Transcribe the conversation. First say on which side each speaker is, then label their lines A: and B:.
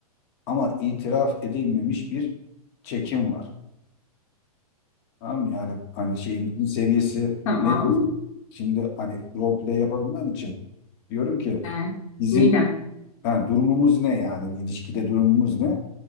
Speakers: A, on the left (about 40°); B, on the left (about 55°).
A: ama itiraf edilmemiş bir çekim var. Tamam yani hani şeyimizin seviyesi
B: <laughs> Tamam.
A: nedir? Şimdi hani role play yapabilmem için diyorum ki
B: Ee,
A: bizim
B: Neden?
A: yani durumumuz ne yani ilişkide durumumuz ne?